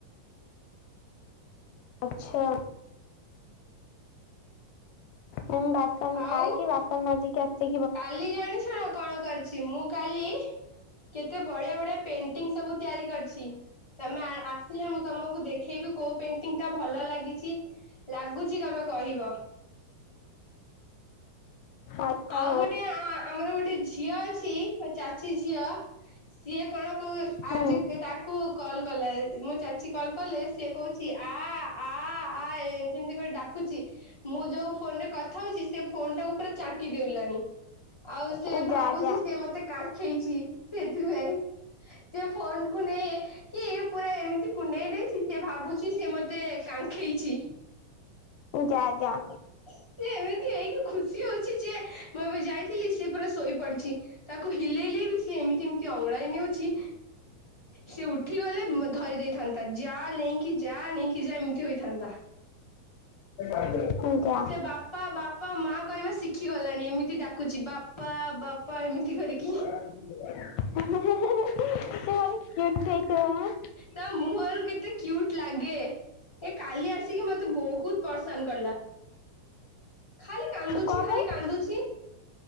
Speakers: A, on the left; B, on the left.
A: ଆଚ୍ଛା। ମୁଁ ବାସନ ଖାଇକି
B: ଆଉ
A: ବାସନ ମାଜିକି ଆସଚି।
B: କାଲି ଜାଣିଛୁ ନା କଣ କରିଛି, ମୁଁ କାଲି କେତେ ବଢିଆ ବଢିଆ ପେଣ୍ଟିଙ୍ଗ ସବୁ ତିଆରି କରିଛି, ତମେ ଆ-ଆସ। ମୁଁ ତମକୁ ଦେଖେଇବି କୋଉ ପେଣ୍ଟିଂ ଟା ଭଲ ଲାଗିଛି। ଲାଗୁଛି ତମେ କହିବ।
A: ଆଚ୍ଛା
B: ଆଉ
A: ହଉ
B: ଗୋଟେ ଆମର ଗୋଟେ ଝିଅ ଅଛି ଚାଚୀ ଝିଅ- ସିଏ କଣ କ ଆଜି
A: ହୁଁ।
B: ତାକୁ କଲ୍ କଲା ମୋ ଚାଚୀ କଲ୍ କଲେ ସେ କହୁଛି ଆ ଆ ଆ ଏମତିଏମତି ଡା ଖ ମୁଁ ଯୋଉ ଫୋନ ରେ କଥା ହଉଛି ସେ ଫୋନ ଟାକୁ ପୁରା ଚାଟିି ଦେଉଲାଣି। ଆଉ ସିଏ
A: ଯା
B: ଭାବୁଛି
A: ଯା
B: ସିଏ ମତେ କାଖେଇଛି ସେଥିପାଇଁ। ସେ ଫୋନ କ ନେଇ କି ପୁରା ଏମିତି କୁଣ୍ଡେଇ ଦେଇ ସେ ଭାବୁଛି ସେ ମତେ କାଖେଇଛି।
A: ଯା ଯା
B: <unintelligible> ସେ ଏମିତି ହେଇକି ଖୁସି ହଉଛି ଯେ ମୁଁ ଏବେ ଯାଇଥିଲି ସେ ପୁରା ଶୋଇପଡିଛି ତାକୁ ହିଲେଇ ବି ସେ ଏମିତି ଏମିତି ଅଙ୍ଗଡ଼ାଇ ନେଉଛି ସେ ଉଠି ଗଲେ ଧରି ଦେଇଥାନ୍ତା ଯା ନେଇକି ଯା ନେଇକି ଯା ଏମିତି ହୋଇଥାନ୍ତା।
A: <inaudible> କଞା।
B: ସେ ବାପା ବାପା ମା କହିବା ଶିଖି ଗଲାଣି ଏମିତି ଡାକୁଛି ବାପା ବାପା ଏମିତି କରିକି।
A: ହେ ହେ ହେ ସେ ଭାରି କ୍ୟୁଟି ହେଇଥିବ ନା?
B: ତା ମୁହଁରୁ କେତେ କ୍ୟୁଟି ଲାଗେ ଏ କାଲି ଆସିକି ମତେ ବହୁତ ପସନ୍ଦ କଲା। ଖାଲି କାନ୍ଦୁଚି
A: କଣ
B: ଖାଲି
A: ପାଇଁ?
B: କାନ୍ଦୁଛି।